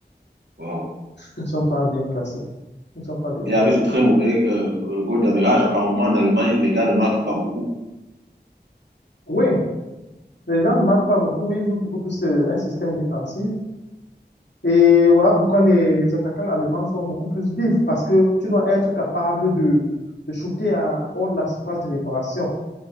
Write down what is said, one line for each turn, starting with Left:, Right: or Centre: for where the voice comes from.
Right: Wow.
Left: ils ne sont pas bien classés. Ils ne sont pas bien
Right: Et
Left: classés.
Right: avec de très mauvais euh, goal d'average, apparemment en Allemagne, les gars ne marquent pas beaucoup.
Left: Oui, les gens ne marquent pas beaucoup. Oui, ils jouent beaucoup plus euh, un système défensif. Et voilà pourquoi les, les attaquants allemands sont beaucoup plus vifs, parce que tu dois être capable de, de shooter à, hors de la surface de réparation.